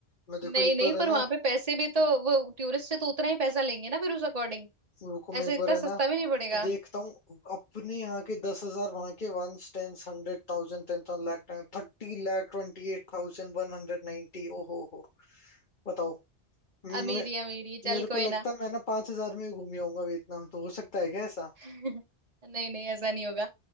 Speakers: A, on the left (about 45°); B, on the right (about 35°).
A: मैं देखो
B: नहीं
A: एक
B: नहीं
A: बार है
B: पर
A: ना
B: वहां पे पैसे भी तो वो टूरिस्ट से तो उतना ही पैसा लेंगे ना फिर उस अकॉर्डिंग
A: रुको मैं
B: ऐसे
A: एक बार
B: इतना
A: है
B: सस्ता
A: ना
B: भी नहीं पड़ेगा
A: देखता हूँ अपने यहाँ के दस हजार वहां के One ten hundred thousand ten thousand, lakh thirty lakh twenty eight thousand one hundred ninety ओ हो हो बताओ मैं
B: अमीरी अमीरी चल
A: मेरे
B: कोई
A: को लगता
B: ना
A: है मैं ना पांच हजार में ही घूम आऊंगा वियतनाम तो हो सकता है क्या ऐसा
B: नहीं नहीं ऐसा नहीं होगा